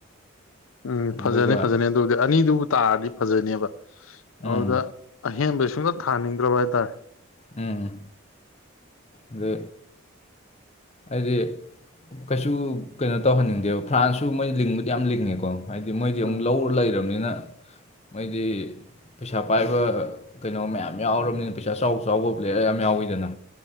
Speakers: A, on the left (about 75°); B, on the left (about 30°).
A: ꯎꯝ
B: ꯑꯗꯨꯒ
A: ꯐꯖꯅꯤ ꯐꯖꯅꯤ ꯑꯗꯨꯕꯨꯗꯤ ꯑꯅꯤꯗꯨꯕꯨ ꯇꯥꯔꯗꯤ ꯐꯖꯅꯦꯕ
B: ꯎꯝ
A: ꯑꯗꯨꯗ ꯑꯍꯦꯟꯕ ꯁꯨꯡꯊꯥ ꯊꯥꯍꯟꯅꯤꯡꯗ꯭ꯔꯕ ꯍꯥꯏꯇꯥꯔꯦ
B: ꯎꯝ ꯑꯗꯨ ꯍꯥꯏꯗꯤ ꯀꯩꯁꯨ ꯀꯩꯅꯣ ꯇꯧꯍꯟꯅꯤꯡꯗꯦꯕ ꯐ꯭ꯔꯥꯟꯁꯁꯨ ꯃꯣꯏ ꯂꯤꯡꯕꯨꯗꯤ ꯌꯥꯝ ꯂꯤꯡꯉꯦꯀꯣ ꯍꯥꯏꯗꯤ ꯃꯣꯏꯗꯤ ꯑꯃꯨꯛ
A: ꯑꯥ
B: ꯂꯧꯔ ꯂꯩꯔꯕꯅꯤꯅ ꯃꯣꯏꯗꯤ ꯄꯩꯁꯥ ꯄꯥꯏꯕ ꯀꯩꯅꯣ ꯃꯌꯥꯝ ꯌꯥꯎꯔꯕꯅꯤꯅ ꯄꯩꯁꯥ ꯆꯥꯎ ꯆꯥꯎꯕ ꯄ꯭ꯂꯦꯌꯥꯔ ꯌꯥꯝ ꯌꯥꯎꯋꯤꯗꯅ